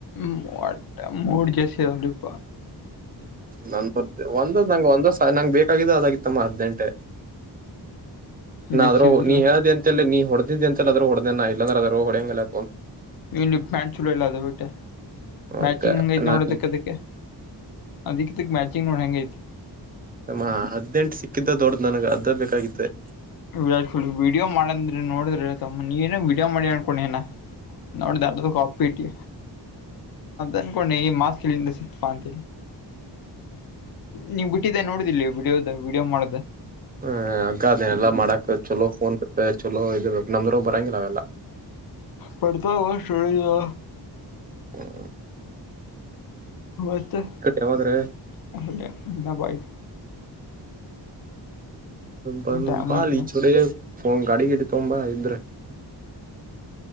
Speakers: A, on the left; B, on the right.
A: ಮ ಮೂರ ಜಸ <inaudible> ಸ <inaudible>
B: ನ ಒಂದ ನಂ ಒಂದಷ್ಟ <unintelligible> ನಂಗೆ ಬೇಕಾಗಿದ್ದ ಅದಾಗಿತ್ತಮ್ಮ ಹದಿನೆಂಟೆ. - ನಾ
A: ಜರ್ಸಿ
B: ಆದ್ರೂ
A: ಇದಿಲ್ಲ
B: ನೀ ಹೇಳ್ದಿ ಎಂತಲ್ಲ ನೀ ಹೊಡದ್ದ ಇದ ಅಂತಲ್ಲ ಅ್ರರು ಹೊಡೆದನ ಇಲ್ಲಂದ್ರ ಅದ್ರ ಹೊಂಗಲ್ಲ
A: ಇಲ್ಲಿ ಮ್ಯಾಂ ಚಲೋ ಇಲ್ಲ ಅದುಟ್ಟ ಮ್ಯಾಚಿಂಗ್
B: ಓಕೆ
A: ಹೆಂಗೈಐತಿ
B: ನಾ
A: ನೋಡ ಅದಕ್ಕ ಅದಕ್ಕೆ ಅದಕ್ಕದಕ್ಕೆ ಮ್ಯಾಚಿಂಗ್ ನೋಡ ಹೆಂಗ ಐತಿ
B: ಅಮ್ಮ ಹದ್ನೆಂಟು ಸಿಕ್ಕಿದ್ದ ದೊಡ್ದ್ ನನಗೆ ಅದ ಬೇಕಾಗಿತ್ತ
A: ವಿರಾಟ್ ಕೊಹ್ಲಿ ವಿಡಿಯೋ ಮಾಡಂದ್ರೆ ನೋಡ್ರಿತಮ್ಮ ನೀವೇನ ವೀಡಿಯೋ ಮಾಡಿ ಅನ್ಕೋ ನ ನೋಡ್ದ <unintelligible> ಇಟ್ಟಿ ಅನ್ಕೊಂಡೆ ಈ ಮಾಸ್ ಇಲ್ಲಿಂದ ಸಿಕ್ಪಾ ಅಂತ ನೀವ ಬಿಟ್ಟಿದ್ದೆ ನೋಡಿ ವಿಡಿಯೋದ ವಿಡಿಯೋ ಮಾಡ್ದ
B: ಹ್ಮ <inaudible> ಇದ ಎಲ್ಲ ಮಾಡಕಕ್ ಚಲೋ ಫೋನ್ ಚಲ ಎಲ್ಲೋ ಇದರ್ ಬು ನಮ್ದ್ರ ಬರಂಗಿಲ್ಲ ಅವೆಲ್ಲ
A: ಪಡತ ಹೇ <unintelligible> ಸ್ಟೋಡೆಜದ
B: ಹ್ಮ <unintelligible>
A: <unintelligible>
B: ಯಾವಾಗ್ರೆ
A: ಬಾಯ
B: ಬ
A: ಟೈಮ್
B: ಬಾಲಿಚರೆ
A: ಆಯ್ತು
B: ಹ ಗಾಡಿ ಗಿಡಿ ಅಂತ ತಗೋಬೋ ಇದ್ರೆ